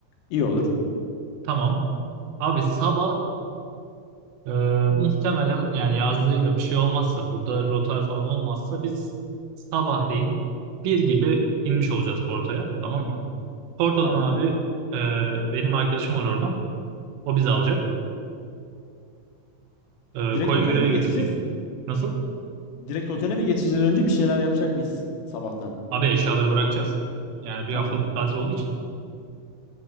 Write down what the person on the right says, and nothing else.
Tamam. Abi sabah e, muhtemelen yani yazdığıyla bir şey olmazsa burada rotar falan olmazsa biz sabahleyin bir gibi inmiş olacağız Porto'ya. Tamam mı? Porto'dan
abi e, benim arkadaşım var oradan. O bizi alacak. E,
Coimbira'ya
götürecek.
Nasıl?
Abi eşyaları bırakacağız. Yani bir
haftalık tatil olduğu için.